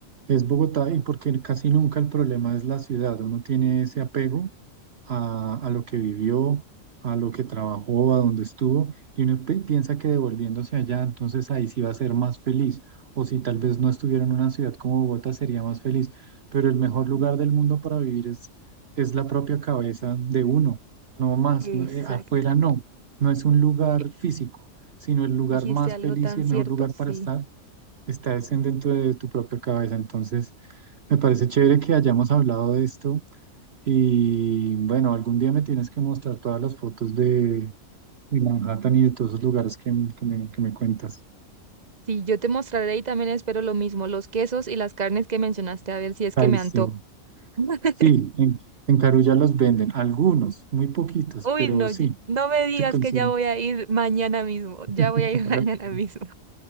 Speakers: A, on the right; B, on the right.
A: Es Bogotá y porque casi nunca el problema es la ciudad. Uno tiene ese apego a, a lo que vivió, a lo que trabajó, a donde estuvo, y uno pi- piensa que devolviéndose allá, entonces ahí sí va a ser más feliz, o si tal vez no estuviera en una ciudad como Bogotá, sería más feliz, pero el mejor lugar
B: <laughs>
A: del mundo para vivir es, es la propia cabeza de uno, no más,
B: Exacto.
A: no- eh, afuera no, no es un lugar
B: Eh,
A: físico, sino el lugar
B: Dijiste
A: más
B: algo
A: feliz
B: tan
A: y el
B: cierto,
A: mejor lugar
B: sí.
A: para estar. Está es en dentro de tu propia cabeza. Entonces, me parece chévere que hayamos hablado de esto y bueno, algún día me tienes que mostrar todas las fotos de, de Manhattan y de todos esos lugares que, m- que me, que me cuentas.
B: Sí, yo te mostraré y también espero lo mismo, los quesos y las carnes que mencionaste, a ver si es
A: Ay,
B: que me
A: sí.
B: antojo. <laughs>
A: Sí, en, en Carulla los venden, algunos, muy poquitos,
B: Uy,
A: pero
B: no,
A: sí,
B: ye- no me digas
A: se consiguen.
B: que ya voy a ir mañana mismo, ya
A: <laughs>
B: voy a ir <laughs> mañana mismo.